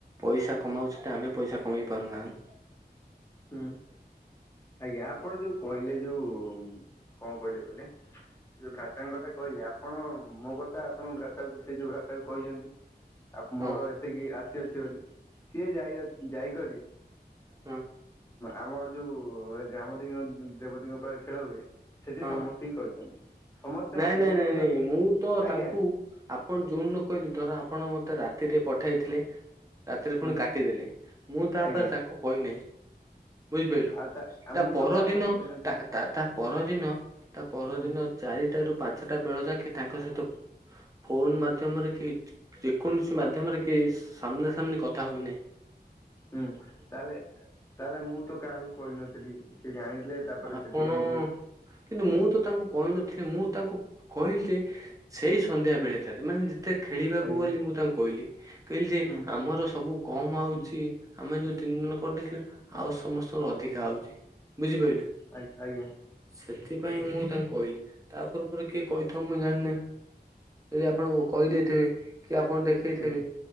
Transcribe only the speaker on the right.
ପଇସା କମାଉଛନ୍ତି, ତ ଆମେ ପଇସା କମେଇ ପାରୁନାଁ
ହଁ
ହଁ
ହଁ
ନାଇଁ
ନାଇଁ
ନାଇଁ ନାଇଁ ମୁଁ ତ
ତାଙ୍କୁ ଆପଣ ଯୋଉନ ନ କହିଲି ଧର ଆପଣ ମତେ ତ ରାତିରେ ପଠାଇଥିଲେ ରାତିରେ ପୁଣି
କାଟିଦେଲେ ମୁଁ ତାପରେ
ତାକୁ କହିନାହିଁ ବୁଝିପାରିଲ
ତା
ପରଦିନ
ତା ତା ପରଦିନ ତା ପରଦିନ
ଚାରି ପାଞ୍ଚଟା ବେଳ ଯାକ ତାଙ୍କ ସହିତ ଫୋନ ମାଧ୍ୟମରେ କି ଯେକୌଣସି ମାଧ୍ୟମରେ କି ସାମନା ସମ୍ନି କଥା ହୋଇନି।
ଆପଣ
କିନ୍ତୁ ମୁଁ ତ ତାଙ୍କୁ କହିନଥିଲି ମୁଁ ତାଙ୍କୁ କହିଲି ଯେ ସେଇ ସନ୍ଧ୍ୟା
ବେଳେ ଥାରେ ମାନେ ଯେତେ ଖେଳିବାକୁ
ବୋଲି ମୁଁ ତାଙ୍କୁ କହିଲି କହିଲି ଯେ
ଆମର ସବୁ କମ ହଉଛି
ଆମେ ଯୋଉ ତିନି ଜଣ କରିଦେଇଥିଲେ ଆଉ ସମସ୍ତଙ୍କର ଅଧିକା ହଉଛି ବୁଝିପାରିଲେ।
ସେଥିପାଇଁ ମୁଁ ତାଙ୍କୁ କହିଲି ତା ପୂର୍ବରୁ କିଏ କହିଥାଉ, ମୁଁ ଜାଣିନହି ଯଦି ଆପଣଙ୍କୁ କହିଦେଇଥିବେ କି ଆପଣ ଦେଖେଇଥିବେ।